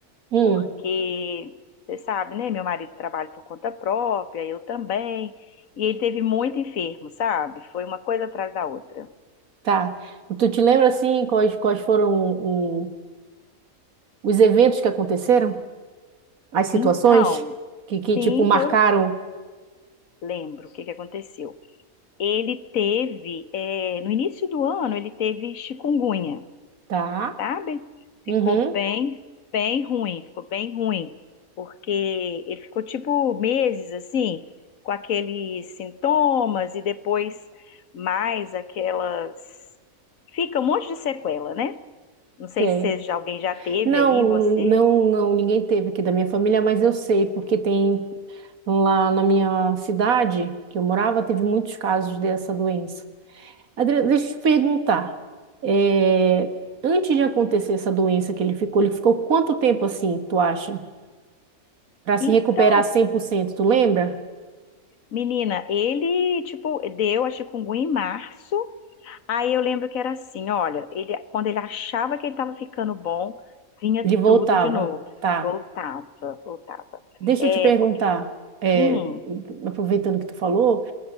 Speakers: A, on the right (about 70°); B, on the left (about 65°).
A: Hum,
B: porque, você sabe, né? Meu marido trabalha por conta própria, eu também, e ele teve muito enfermo, sabe? Foi uma coisa atrás da outra.
A: tá. Tu te lembra, assim, quais, quais foram o- os eventos que aconteceram? As situações
B: Então,
A: que, que
B: sim,
A: tipo, marcaram?
B: eu lembro o que que aconteceu. Ele teve, é, no início do ano, ele teve chikungunya.
A: Tá?
B: sabe? Ficou
A: Uhum,
B: bem, bem ruim, ficou bem ruim, porque ele ficou tipo meses assim, com aqueles sintomas e depois mais aquelas. Fica um monte de sequela, né? Não sei
A: sei.
B: se você já- alguém já teve
A: Não,
B: aí, você.
A: não, não, ninguém teve aqui da minha família, mas eu sei, porque tem lá na minha cidade que eu morava, teve muitos casos dessa doença. Adriana, deixa eu te perguntar. é, antes de acontecer essa doença que ele ficou, ele ficou quanto tempo assim, tu acha? Para se
B: Então,
A: recuperar cem por cento? tu lembra?
B: menina, ele, tipo, deu a chikungunya em março Aí eu lembro que era assim, olha, ele, quando ele achava que ele estava ficando bom, vinha
A: Ele voltava,
B: tudo de novo.
A: tá.
B: Voltava, voltava.
A: Deixa
B: É,
A: eu te perguntar,
B: porque,
A: é,
B: hum,
A: aproveitando que tu falou,